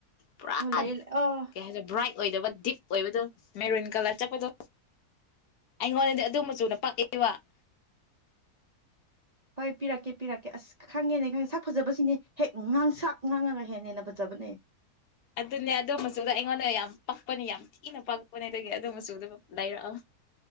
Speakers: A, on the left; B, on the right.
A: ꯄꯨꯔꯥ
B: ꯑꯣ ꯂꯩ ꯑꯣ
A: ꯀꯩ ꯍꯥꯏꯖꯤꯔ ꯕ꯭ꯔꯥꯏꯠ ꯑꯣꯏꯗꯕ ꯗꯤꯞ ꯑꯣꯏꯕꯗꯣ ꯃꯦꯔꯨꯟ ꯀꯂꯔ ꯆꯠꯄꯗꯣ ꯑꯩꯉꯣꯟꯗꯗꯤ ꯑꯗꯨ ꯃꯆꯨꯅ ꯄꯛꯑꯦꯕ
B: ꯍꯣꯏ ꯄꯤꯔꯛꯀꯦ ꯄꯤꯔꯛꯀꯦ ꯑꯁ ꯈꯪꯉꯦꯅꯦ ꯈꯪꯉꯦ ꯁꯛ ꯐꯖꯕꯁꯤꯅꯦ ꯍꯦꯛ ꯉꯥꯡꯁꯛ ꯉꯥꯡꯉꯒ ꯍꯦꯟꯅ ꯍꯦꯟꯅ ꯐꯖꯕꯅꯦ
A: ꯑꯗꯨꯅꯦ ꯑꯗꯨ ꯃꯆꯨꯗ ꯑꯩꯉꯣꯟꯗ ꯌꯥꯝ ꯄꯥꯛꯄꯅꯦ ꯌꯥꯝ ꯊꯤꯅ ꯄꯥꯛꯄꯅꯦ ꯑꯗꯨꯒꯤ ꯑꯗꯨꯝ ꯃꯆꯨꯗ ꯂꯩꯗꯥꯏꯔꯛꯑꯣ